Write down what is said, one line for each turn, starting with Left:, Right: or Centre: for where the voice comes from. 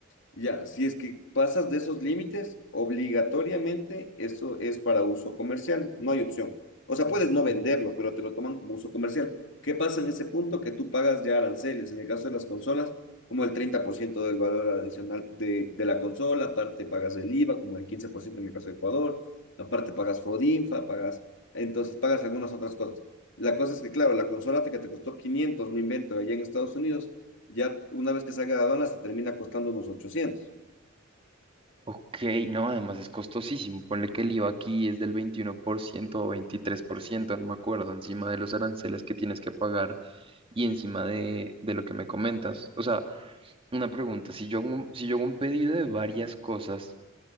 Left: Ya, si es que pasas de esos límites, obligatoriamente eso es para uso comercial, no hay opción. O sea, puedes no venderlo, pero te lo toman como uso comercial. ¿Qué pasa en ese punto? Que tú pagas ya aranceles, en el caso de las consolas, como el 30% del valor adicional de, de la consola, aparte pagas el IVA, como el 15% en el caso de Ecuador, aparte pagas FODINFA, pagas, entonces pagas algunas otras cosas. La cosa es que, claro, la consola te- que te costó 500 me invento, allá en Estados Unidos ya una vez que salga de aduanas se termina costando unos ochocientos
Right: Ok, no, además es costosísimo. Ponle que el IVA aquí es del 21% o 23% no me acuerdo, encima de los aranceles que tienes que pagar y encima de, de lo que me comentas. O sea, una pregunta, si yo hago un, si yo hago un pedido de varias cosas